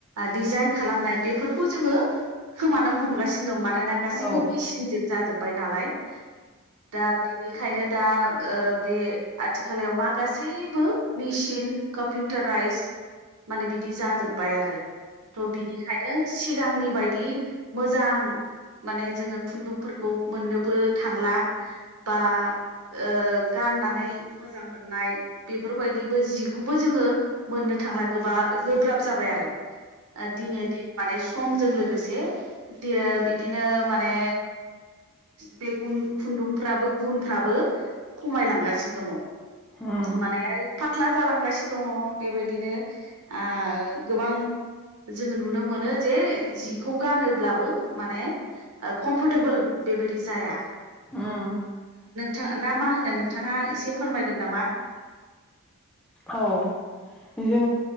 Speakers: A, on the right; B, in the centre.
A: डिजाइन खालामनाय बेफोरखौ जोङो खोमानो हमगासिनो दं मानोना गासैबो
B: औ उम औ
A: मेसिनजों जाजोबबाय नालाय। दा बेनिखायनो दा ओ बे आथिखालाव मा गासैबो मेसिन कम्पिउटाराइज माने बिदि जाजोब्बाय आरो थ' बिनिखायनो सिगांनि बायदि मोजां माने जोङो खुन्दुंफोरखौ मोननोबो थांला बा ओ गाननानै मोजां मोननाय बेफोरबायदिबो जिखौबो जोङो मोननो थांला गोबा गोब्राब जाबाय आरो। ओ दिने दिन माने स समजों लोगोसे बिदिनो माने बे खुन-खुन्दुंफ्राबो गुनफ्राबो खमायलांगासिनो दङ
B: उम
A: माने फाथ्ला जालांगासिनो दङ बेबायदिनो ओ गोबां जोङो नुनो मोनो जे जिखौ गानोब्लाबो माने कम्फर्टेबोल बेबायदि जाया।
B: ओम
A: थां ना मा होनो नोंथाङा एसे फोरमायगोन नामा?
B: औ। जा